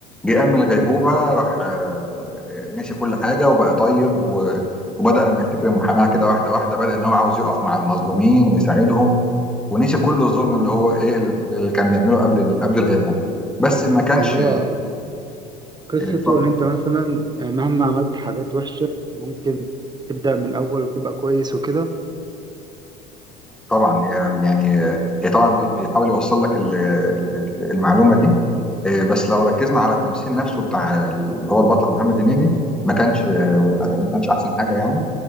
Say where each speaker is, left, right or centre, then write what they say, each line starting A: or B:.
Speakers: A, in the centre; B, on the right.
A: جه قام من الغيبوبه راح آه، نسي كل حاجه وبقى طيب و... وبدأ لما يفتكر المحاماة كده واحدة واحدة بدأ إن هو عاوز يقف مع المظلومين ويساعدهم ونسي كل الظلم اللي هو ايه اللي كان بيعمله قبل ال- قبل الغيبوبه بس ما كانش
B: يعني هو قصته
A: آه، اتفضل
B: اللي انت مثلا آه، مهما عملت حاجات وحشة ممكن تبدأ من الأول وتبقى كويس وكده
A: طبعا هي يعني آه، هي طبعا بي- بيحاول يوصل لك ال- ال- المعلومه دي إيه، بس لو ركزنا على التمثيل نفسه بتاع اللي هو البطل محمد هنيدي ما كانش آه، ما كانش احسن حاجه يعني